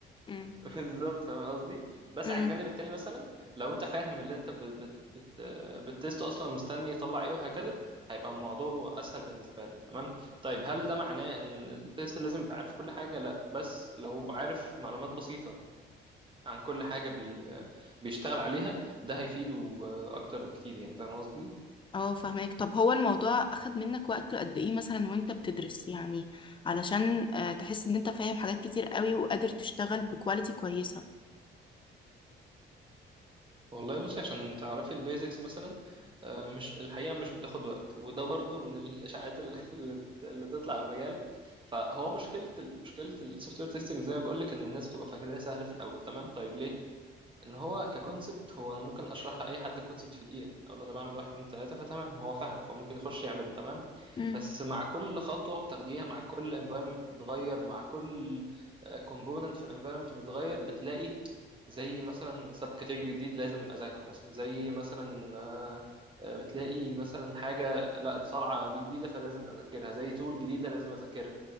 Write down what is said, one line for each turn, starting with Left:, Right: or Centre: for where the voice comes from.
Left: امم
Right: <laughs> بالظبط فاهم قصدي بس
Left: امم
Right: على الجانب التاني مثلا لو انت فاهم اللي انت بت بت بت بتست اصلا مستني يطلع ايه وهكذا هيبقى الموضوع اسهل بالنسبه له تمام طيب هل ده معناه ان التيست لازم يبقى عارف كل حاجه لا بس لو عارف معلومات بسيطه عن كل حاجه بي بيشتغل عليها ده هيفيده اكتر بكتير يعني فاهم قصدي
Left: اه فهماك طب هو الموضوع اخد منك وقت قد ايه مثلا وانت بتدرس يعني علشان آه، تحس ان انت فاهم حاجات كتير قوي وقادر تشتغل بكواليتي كويسة
Right: والله بصي عشان تعرفي البيزكس مثلا آه، مش الحقيقة مش بتاخد وقت وده برضو من الإشاعات ال- <laughs> اللي بت- اللي بتطلع على المجال فهو مشكلة ال- مشكلة السوفت وير تيستنج زي ما بقول لك إن الناس بتبقى فاكراه سهل في الأول تمام طيب ليه ان هو ككونسبت هو انا ممكن اشرح لاي حد الكونسبت في دقيقه اقول له انا بعمل واحد اتنين تلاته فتمام هو فاهم فممكن يخش يعمله تمام
Left: امم
Right: بس مع كل خطوه بتاخديها مع كل انفايرمنت بتتغير مع كل كومبوننت في الانفايرمنت بتتغير بتلاقي زي مثلا سب كاتيجوري جديد لازم اذاكره مثلا زي مثلا آه، آه، بتلاقي مثلا حاجه لا دي طالعه دي جديده فلازم اذاكرها زي تول جديده لازم اذاكرها